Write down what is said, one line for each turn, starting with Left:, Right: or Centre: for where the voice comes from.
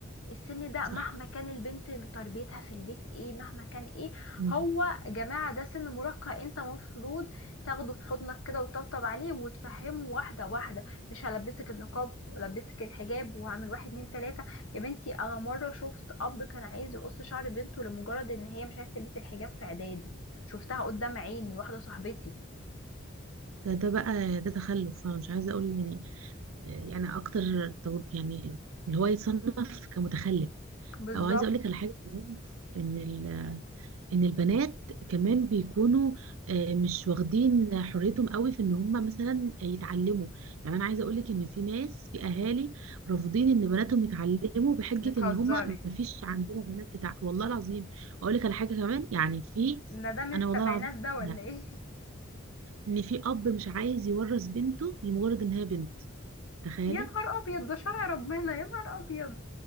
Left: السن ده
Right: صح
Left: مهما كان البنت تربيتها في البيت ايه مهما كان ايه
Right: مم.
Left: هو يا جماعة ده سن مراهقة انت مفروض تاخده في حضنك كده وتطبطب عليه وتفهمه واحدة واحدة مش هلبسك النقاب ولبسك الحجاب وعامل واحد اتنين تلاتة يا بنتي انا مرة شفت اب كان عايز يقص شعر بنته لمجرد ان هي مش عايزة تلبس الحجاب في اعدادي شفتها قدام عيني واحدة صاحبتي
Right: ده ده بقى ده تخلف انا مش عايزه اقول يعني آه، يعني اكتر تو- يعني اللي هو يتصنف كمتخلف
Left: بالظبط
Right: او عايزه اقول لك على حاجه كمان ان ال- ان البنات كمان بيكونوا آه، مش واخدين حريتهم قوي في ان هم مثلا يتعلموا يعني انا عايزه اقول لك ان في ناس في اهالي رافضين ان بناتهم يتعلموا بحجه
Left: بتهزري
Right: ان هم مفيش عندنا بنات تتع... والله العظيم اقول لك على حاجه كمان يعني في
Left: ان ده من
Right: انا
Left: السبعينات
Right: والله العظيم
Left: ده ولا
Right: شفتها،
Left: ايه
Right: ان في اب مش عايز يورث بنته لمجرد ان هي بنت
Left: <laughs>
Right: تخيلي
Left: يا نهار ابيض ده شرع ربنا يا نهار ابيض